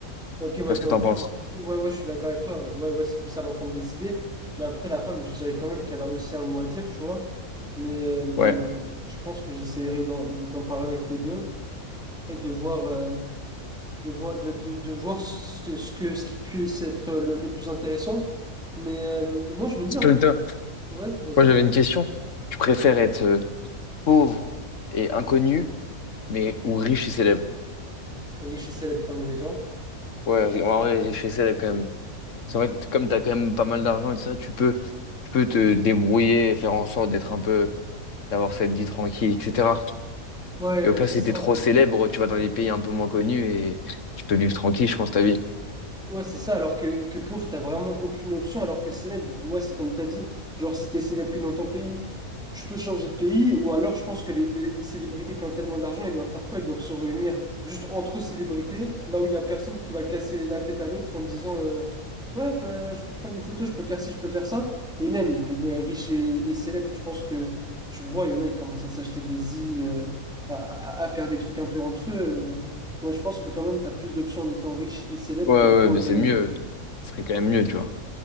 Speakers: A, in the centre; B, on the left (about 55°).
A: Ok, ouais,
B: Qu'est-ce
A: donc
B: que t'en penses?
A: tu, tu- ouais, ouais, je suis d'accord avec toi. Ouais, ouais, c'est plus à l'enfant de décider. Mais après, la femme, je dirais quand même qu'elle a aussi un mot à dire, tu vois. Mais euh,
B: Ouais.
A: je pense que j'essaierai d'en d'en parler avec les deux et de voir, euh, de voir, de, de, de voir ce que, ce que, ce qui puisse être euh, le, le plus intéressant. Mais euh, moi, je me dis, en
B: Toi,
A: fait,
B: toi,
A: ouais, vas-y.
B: Moi j'avais une question. Tu préfères être euh, pauvre et inconnu, mais ou riche et célèbre?
A: Riche et célèbre quand même, et toi?
B: Ouais, ri- en vrai, riche et célèbre quand même. Parce qu'en fait, comme t'as quand même pas mal d'argent et tout ça, tu peux, tu peux te débrouiller et faire en sorte d'être un peu. d'avoir cette vie tranquille, etc.
A: Ouais,
B: Et au pire,
A: c'est
B: si
A: ça.
B: t'es trop célèbre, tu vas dans des pays un peu moins connus et tu peux vivre tranquille, je pense, ta vie.
A: Ouais, c'est ça, alors que, que pauvre, t'as vraiment aucune option, alors que célèbre, ouais, c'est comme t'as dit, genre si t'es célèbre que dans ton pays, tu peux changer de pays, ou alors je pense que les, les célébrités qui ont tellement d'argent, ils doivent faire quoi? Ils doivent se réunir juste entre célébrités, là où il y a personne qui va casser la tête à l'autre en disant euh, Ouais, bah, je peux prendre une photo, je peux faire ci, je peux faire ça. Et même, eh ben, riches et, et célèbres, je pense que tu le vois, il y en a, ils commencent à s'acheter des îles, euh, à, à- à faire des trucs un peu entre eux. euh. Ouais, je pense que quand même, tu as plus d'options en étant riche et célèbre
B: Ouais, ouais,
A: que pauvre
B: mais c'est
A: et...
B: mieux. Ce serait quand même mieux, tu vois.